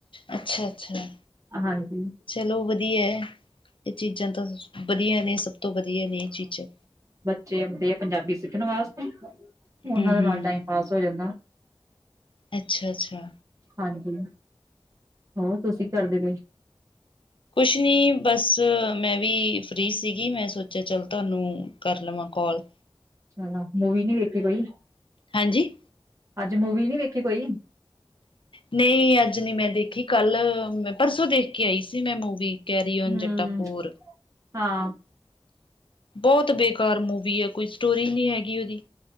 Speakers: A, on the left (about 60°); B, on the right (about 35°).
A: ਅੱਛਾ-ਅੱਛਾ।
B: ਹਾਂਜੀ
A: ਚਲੋ ਵਧੀਆ ਐ। ਇਹ ਚੀਜ਼ਾਂ ਤਾਂ ਵਧੀਆ ਨੇ। ਸਭ ਤੋਂ ਵਧੀਆ ਨੇ ਇਹ ਚੀਜ਼ਾਂ।
B: ਜੇ ਆਉਂਦੇ ਆ ਪੰਜਾਬੀ ਸਿੱਖਣ ਵਾਸਤੇ। ਉਹਨਾਂ
A: ਹਮ
B: ਦੇ ਨਾਲ
A: ਹਮ
B: ਟਾਈਮ ਪਾਸ ਹੋ ਜਾਂਦਾ।
A: ਅੱਛਾ-ਅੱਛਾ।
B: ਹਾਂਜੀ। ਹੋਰ ਤੁਸੀਂ ਕਰਦੇ ਪਏ?
A: ਕੁਛ ਨਹੀਂ ਬਸ, ਮੈਂ ਵੀ ਫਰੀ ਸੀਗੀ। ਮੈਂ ਸੋਚਿਆ ਚੱਲ ਤੁਹਾਨੂੰ ਕਰ ਲਵਾਂ ਕੋਲ।
B: ਚਲੋ ਮੂਵੀ ਨਹੀਂ ਦੇਖੀ ਕੋਈ?
A: ਹੈਜੀ।
B: ਅੱਜ ਮੂਵੀ ਨੀ ਵੇਖੀ ਕੋਈ?
A: ਨਹੀਂ ਅੱਜ ਨੀ ਮੈਂ ਦੇਖੀ, ਕੱਲ ਮੈਂ ਪਰਸੋਂ ਦੇਖ ਕੇ ਆਈ ਸੀ ਮੈਂ ਮੂਵੀ। ਕੈਰੀ ਓਨ
B: ਹਮ
A: ਜੱਟਾ ਫੋਰ
B: ਹਾਂ।
A: ਬਹੁਤ ਬੇਕਾਰ ਮੂਵੀ ਹੈ। ਕੋਈ ਸਟੋਰੀ ਨਹੀਂ ਹੈਗੀ ਉਹਦੀ।